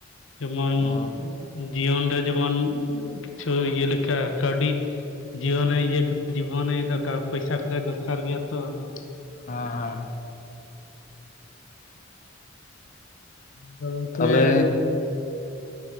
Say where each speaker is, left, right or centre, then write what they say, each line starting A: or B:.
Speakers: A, on the left; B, on the left.
A: ᱡᱮᱢᱚᱱ
B: ᱚ
A: ᱡᱤᱭᱚᱱ ᱨᱮ ᱡᱮᱢᱚᱱ ᱠᱤᱪᱷᱩ ᱤᱭᱟᱹ ᱞᱮᱠᱟ ᱠᱟᱹᱣᱰᱤ ᱡᱤᱭᱚᱱ ᱨᱮ ᱤᱭᱟᱹ ᱡᱤᱵᱚᱱᱮ ᱫᱚ ᱯᱚᱭᱥᱟ ᱠᱚᱫᱚ ᱫᱚᱨᱠᱟᱨ ᱜᱮᱭᱟ ᱛᱚ᱾ ᱟᱫᱚ
B: ᱦᱮᱸ ᱦᱮᱸ
A: ᱛᱚ ᱜᱚᱢᱠᱮ
B: ᱛᱟᱦᱚᱞᱮ